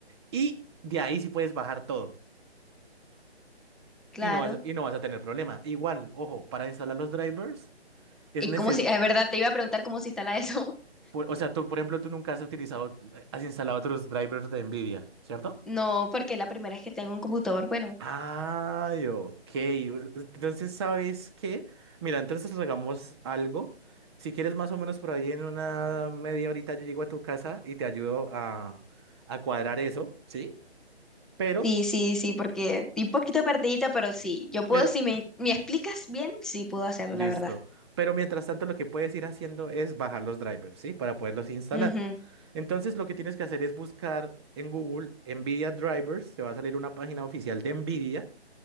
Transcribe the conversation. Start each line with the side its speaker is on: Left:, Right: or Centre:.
Right: Y de ahí sí puedes bajar todo.
Centre: Claro.
Right: y no vas, y no vas a tener problema. Igual, ojo, para instalar los drivers es
Centre: Y
Right: necesario,
Centre: como si, es verdad, te iba a preguntar cómo se instala eso. <laughs>
Right: o sea, tú, por ejemplo, tú nunca has utilizado, eh, has instalado otros drivers de NVIDIA, ¿cierto?
Centre: No, porque la primera vez que tengo un computador, bueno.
Right: Ay, ok. Entonces, ¿sabes qué? Mira, entonces hagamos algo. Si quieres, más o menos por ahí en una media horita yo llego a tu casa y te ayudo a, a cuadrar eso, ¿sí? Pero,
Centre: Sí, sí, sí, porque estoy un poquito perdidita, pero sí, yo puedo,
Right: pero,
Centre: si me, me explicas bien, sí puedo hacerlo,
Right: Listo.
Centre: la verdad.
Right: Pero mientras tanto, lo que puedes ir haciendo es bajar los drivers, ¿sí? Para poderlos instalar.
Centre: Ujú,
Right: Entonces, lo que tienes que hacer es buscar en Google NVIDIA Drivers. Te va a salir una página oficial de NVIDIA.